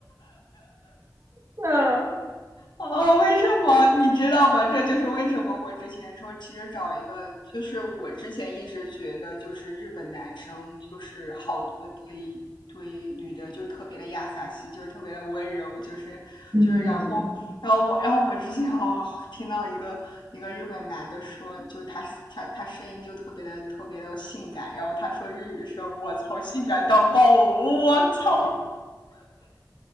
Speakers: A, on the right; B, on the left.
A: <laughs> 嗯。
B: 哦，为什么你知道吗？这就是为什么我之前说，其实找一个，就是我之前一直觉得，就是日本男生就是好多对对女的就特别的亚萨西，就是特别的温柔，就是就是然后然后我然后我之前哦听到一个一个日本男的说，
A: 嗯
B: 就他他他声音就特别的特别的性感，然后他说日语的时候，我操，性感到爆，我操，